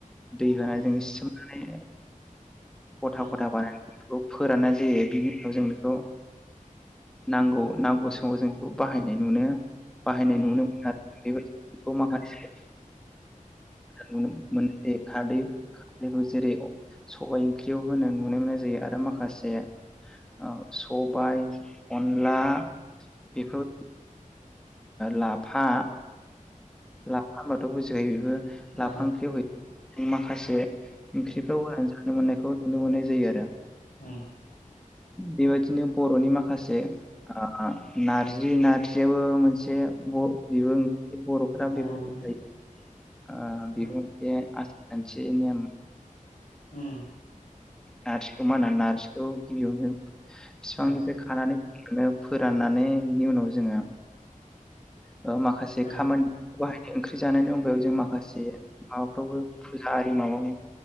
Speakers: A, in the centre; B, on the left.
A: दै होना
B: उम
A: जों इ सोमनानै गथा-
B: औ
A: गथा बानायनानै बेखौ फोराननाय जायो बिनि उनाव जों बेखौ नांगौ- नांगौ समाव जों बेखौ बाहाय नुनो बाहायनाय
B: उम मोनो उम औ उम
A: नुनो मोन बे माखासे <unintelligible> जेरै सबाय ओंख्रि आव होनो नुनो मोननाय जायो आरो माखासे माखासे ओ सबाय अनला बेखौ लाफा लाफा थ बुजिखायो बेबो
B: औ
A: लाफा ओंख्रि मा। माखासे ओंख्रिफ्राव होनानै जानो मोननायखौ नुनो मोननाय जायो आरो आं।
B: उम
A: बेबादिनो बर'नि माखासे आ नारजि नारजियाबो मोनसे ब' बिबो <unintelligible>
B: बर'नि ओंख्रि उम
A: मोनसे नेम <unintelligible>
B: उम
A: नार्जि खौ मा होनो नार्जि औ गिबियावनो बिफांनिफ्राय
B: औ
A: खानानै <unintelligible> फोराननानै बिनि उनाव जोङो उह माखासे
B: औ
A: खामानि बाहाय <unintelligible> जानायनि अनगायाव जों माखासे माबाफ्रावबो फुजा आरि माबायाव